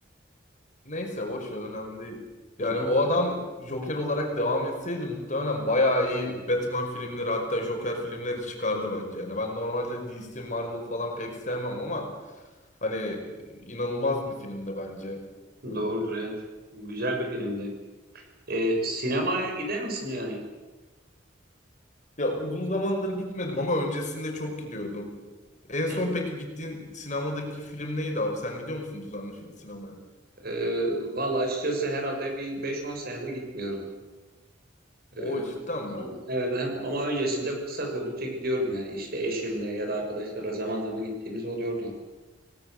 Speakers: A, on the left; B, on the right.
A: neyse boş ver önemli değil.
B: Hı
A: Yani
B: hı.
A: o adam Joker olarak devam etseydi muhtemelen bayağı iyi Batman filmleri hatta Joker filmleri çıkardı bence. Yani ben normalde DC, Marvel falan pek sevmem ama hani inanılmaz bir filmdi bence. Evet.
B: Doğrudur evet. Güzel bir filmdi. Ee, sinemaya
A: Hmm.
B: gider misin yani?
A: Ya uzun zamandır gitmedim ama öncesinde çok gidiyordum. En son
B: Yani,
A: peki gittiğin sinemadaki film neydi abi? Sen gidiyor musun düzenli film sinemaya?
B: e, vallahi açıkçası herhalde bir beş on senedir gitmiyorum.
A: O
B: Ee,
A: cidden mi?
B: evet hem- ama öncesinde fırsat buldukça gidiyorum yani. İşte eşimle ya da arkadaşlarla zaman zaman gittiğimiz oluyordu.